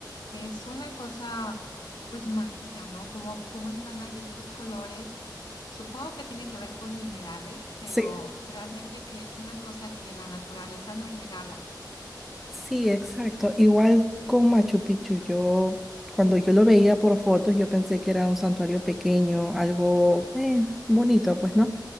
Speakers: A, on the left; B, in the centre.
A: es una cosa pues mágica, ¿no? Como, cómo están ahí esos colores. Supongo que tiene que ver con minerales, pero
B: Sí,
A: realmente que es una cosa que la naturaleza nos regala.
B: sí, exacto. Igual con Machu Picchu, yo cuando yo lo veía por fotos, yo pensé que era un santuario pequeño, algo eh, bonito, pues, ¿no?